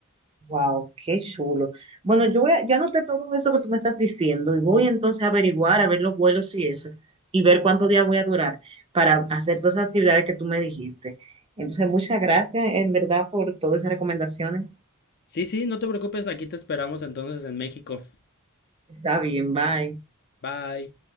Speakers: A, on the right; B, on the left.
A: Wow, qué chulo. Bueno, yo voy a, yo anoté todo eso que tú me estás diciendo y voy entonces a averiguar, a ver los vuelos y eso, y ver cuántos días voy a durar para hacer todas esas actividades que tú me dijiste. Entonces, muchas gracias en verdad por todas esas recomendaciones.
B: Sí, sí, no te preocupes, aquí te esperamos entonces en México.
A: Está bien, bye.
B: Bye.